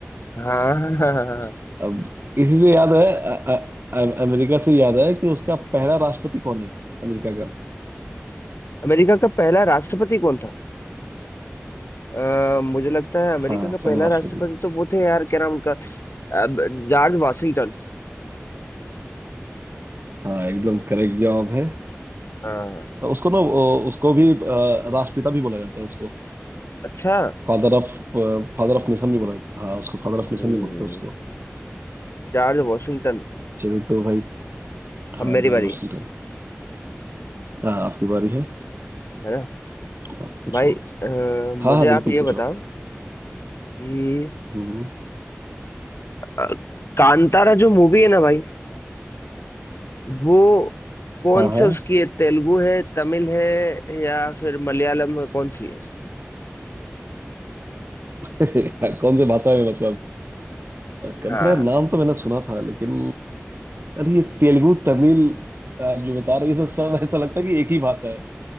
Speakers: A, on the left; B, on the right.
A: हाँ हाँ हाँ हाँ। हाँ।
B: अब इसी से याद है अ- अ- अ- अमेरिका से याद है कि उसका पहला राष्ट्रपति कौन है अमेरिका का
A: अमेरिका का पहला राष्ट्रपति कौन था अ, मुझे लगता है अमेरिका
B: हाँ
A: का
B: पहला
A: पहला
B: राष्ट्रपति
A: राष्ट्रपति तो वो थे यार क्या नाम उनका अब जॉर्ज वाशिंगटन
B: हाँ एकदम करेक्ट जवाब है
A: हाँ
B: उसको ना वो- उसको भी अ, राष्ट्रपिता भी बोला जाता है उसको
A: अच्छा
B: Father of Father of nation भी बोला जाता है हाँ उसको फादर ऑफ नेशन
A: हम्म,
B: भी बोलते हैं उसको
A: जॉर्ज वाशिंगटन
B: चलिए तो भाई हाँ
A: अब मेरी
B: जॉर्ज
A: बारी
B: वाशिंगटन हाँ आपकी बारी है
A: है ना
B: आप पूछो
A: भाई अ,
B: हाँ
A: मुझे
B: हाँ बिल्कुल
A: आप ये
B: पूछो
A: बताओ
B: आप।
A: कि
B: हम्म
A: अ, कांतारा जो मूवी है ना भाई वो कौन
B: हाँ हाँ
A: से उसकी है तेलुगु है तमिल है या फिर मलयालम है कौन सी है
B: <laughs> कौन से भाषा में बस कंतरा
A: हाँ
B: नाम तो मैंने सुना था लेकिन अरे ये तेलुगु तमिल आप जो बता रहे हो, ये तो सब ऐसा लगता है कि एक ही भाषा है